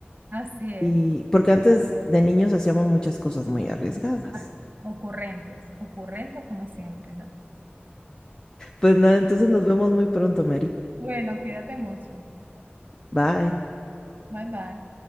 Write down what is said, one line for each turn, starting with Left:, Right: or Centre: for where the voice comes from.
Right: así es,
Left: y porque
Right: es verdad.
Left: antes de niños hacíamos muchas cosas muy arriesgadas.
Right: Ah, Ocurrentes, ocurrentes como siempre, ¿no?
Left: Pues nada, entonces nos vemos muy pronto, Mary.
Right: Bueno, cuídate mucho.
Left: Bye.
Right: Bye bye.